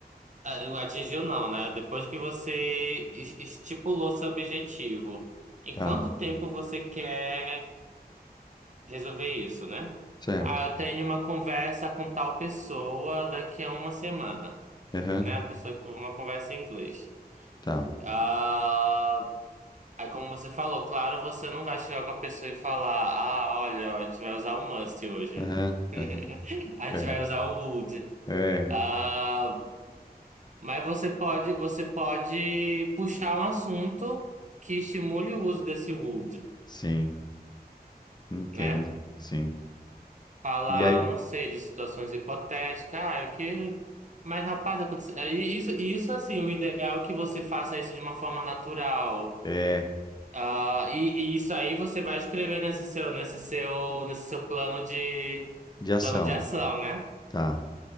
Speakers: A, on the right; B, on the left.
A: Ah, Atingiu não, né? Depois que você es- estipulou seu objetivo, em
B: tá,
A: quanto tempo você quer resolver isso, né?
B: certo.
A: Ah, eu tenho uma conversa com tal pessoa daqui a uma semana,
B: Aham,
A: né? A pessoa com uma conversa em inglês.
B: tá,
A: Ah, aí como você falou, claro, você não vai chegar com a pessoa e falar, ah, olha, a gente vai usar o must hoje.
B: aham,
A: <laughs>
B: aham,
A: A gente
B: aham.
A: vai usar o would.
B: É,
A: Ah, Mas você pode, você pode puxar um assunto que estimule o uso desse would,
B: sim, entendo,
A: né?
B: sim.
A: Falar,
B: E aí,
A: não sei, de situações hipotéticas, ah, o que. Mas, rapaz, aconteceu. aí Isso, isso assim, o ideal é que você faça isso de uma forma natural.
B: é,
A: Ah, e, e isso aí você vai escrever nesse seu, nesse seu, nesse seu plano de,
B: de ação,
A: plano de ação, né?
B: tá.